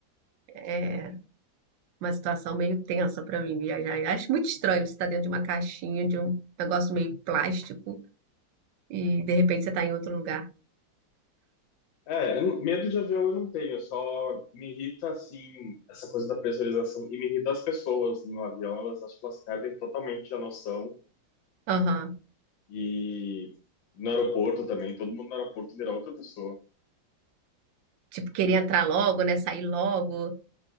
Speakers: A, on the right; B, on the left.
A: É uma situação meio tensa pra mim viajar. Eu acho muito estranho você estar dentro de uma caixinha, de um negócio meio plástico, e de repente você tá em outro lugar.
B: É, eu não- medo de avião eu não tenho, só me irrita, assim, essa coisa da pressurização e me irrita as pessoas no avião. Elas, acho que elas perdem totalmente a noção.
A: Aham.
B: E no aeroporto também, todo mundo no aeroporto vira outra pessoa.
A: Tipo, querer entrar logo, né? Sair logo.